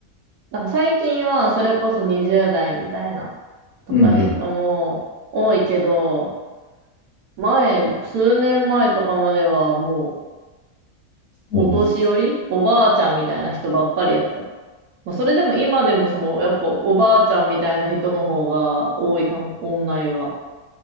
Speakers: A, on the right; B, on the left.
A: な最近はそれこそ20代みたいなとか人も多いけど、
B: うん
A: 前、数年前とかまではも
B: うん。
A: うお年寄り、
B: うん
A: おばあちゃんみたいな人ばっかりやった。まあ、それでも今でもその、やっぱおばあちゃんみたいな人の方が多いかも、オンラインは。